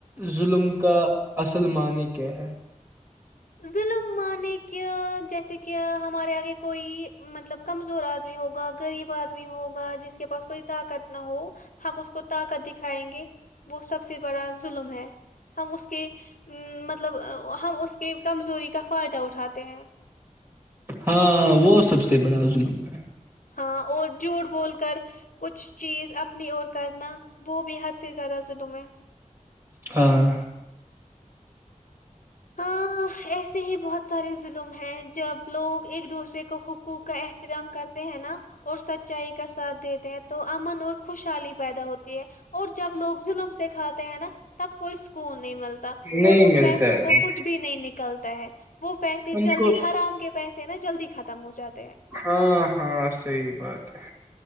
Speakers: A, on the right; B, on the left.
A: ظلم کا اصل معنی کیا ہے
B: ظلم مانے کہ جیسے کہ ہمارے آگے کوئی مطلب کمزور آدمی ہوگا غریب آدمی ہوگا جس کے پاس کوئی طاقت نہ ہو ہم اس کو طاقت دکھائیں گے وہ سب سے بڑا ظلم ہے ہم اس کے مطلب ہم اس کی کمزوری کا فائدہ اٹھاتے ہیں
A: ہاں وہ سب سے بڑا ظلم ہے
B: ہاں اور جھوٹ بول کر کچھ چیز اپنی اور کرنا وہ بھی حد سے زیادہ جدم ہے
A: ہاں
B: ہاں ایسے ہی بہت سارے ظلم ہیں جب لوگ ایک دوسرے کو حقوق کا احترام کرتے ہیں نا اور سچائی کا ساتھ دیتے ہیں تو امن اور خوشحالی پیدا ہوتی ہے اور جب لوگ ظلم سے کھاتے ہیں نا تب کوئی سکون نہیں ملتا
A: نہیں
B: اور ان
A: ملتا
B: پیسوں
A: ہے
B: کو نہیں نکلتا ہے وہ پیسے
A: ان
B: جلدی
A: کو
B: ہرام کے پیسے نا جلدی ختم ہو جاتا
A: ہاں ہاں صحی بات ہے